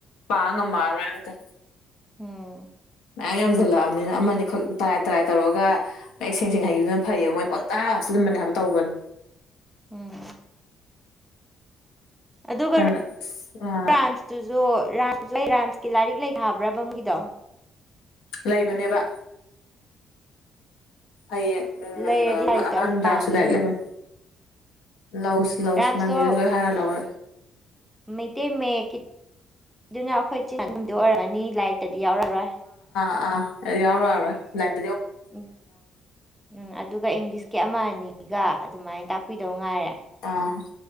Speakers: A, on the left (about 80°); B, in the centre.
A: ꯄꯥꯉꯃꯗ
B: ꯑꯣꯝ
A: ꯃꯌꯥꯝ ꯌꯥꯝꯁꯤꯜꯂꯛꯑꯕꯅꯤꯅ ꯑꯃꯅꯤꯈꯛ ꯇꯔꯥꯏ ꯇꯔꯥꯏ ꯇꯧꯔꯒ ꯃꯌꯦꯛ ꯁꯦꯡ ꯁꯦꯡ ꯍꯩꯕꯤꯕꯗꯨꯅ ꯐꯩꯌꯦꯕ ꯃꯣꯏ ꯄꯪꯇꯥ ꯍꯥꯞꯆ ꯑꯗꯨꯕꯅꯦ ꯍꯥꯏꯕ ꯇꯧꯕꯅꯦ
B: ꯎꯝ ꯑꯗꯨꯒ
A: ꯑꯗꯨꯅ
B: ꯔꯥꯝꯁꯇꯨꯁꯨ
A: ꯑꯁ
B: ꯔꯝ ꯍꯧꯖꯤꯛ ꯑꯩ ꯔꯥꯏꯝꯁꯀꯤ ꯂꯥꯏꯔꯤꯛ ꯂꯩ ꯊꯥꯕ꯭ꯔꯕꯝꯒꯤꯗꯣ
A: ꯂꯩꯕꯅꯦꯕ ꯍꯌꯦꯡ ꯎꯝ
B: ꯂꯩꯔꯗꯤ ꯂꯥꯏꯔꯤꯛꯇꯣ
A: ꯑꯉꯥꯡꯗ꯭ꯔꯥꯁꯨ
B: ꯑꯝꯇ ꯄꯥꯝꯃꯤ
A: ꯂꯥꯏꯔꯤꯛ ꯂꯩꯕ ꯂꯧꯁ ꯂꯧꯁ
B: ꯔꯥꯏꯝꯁꯇꯣ
A: ꯃꯟꯗꯤꯔ ꯂꯣꯏ ꯍꯥꯏꯔ ꯂꯧꯔꯦ
B: ꯃꯩꯇꯩ ꯃꯌꯦꯛ ꯑꯗꯨꯅ ꯑꯩꯈꯣꯏ ꯆꯗ ꯑꯣꯏꯔꯝꯃꯅꯤ ꯂꯥꯏꯔꯤꯛꯇ ꯗꯤ ꯌꯥꯎꯔꯔꯣꯏ
A: ꯑ ꯌꯥꯕ ꯌꯥꯕꯦ
B: ꯎꯝ ꯎꯝ ꯑꯗꯨꯒ ꯏꯪꯂꯤꯁꯀꯤ ꯑꯃ ꯑꯅꯤꯒ ꯑꯗꯨꯃꯥꯏꯅ ꯇꯥꯛꯄꯤꯗꯧ ꯉꯥꯏꯔꯦ
A: ꯑꯥ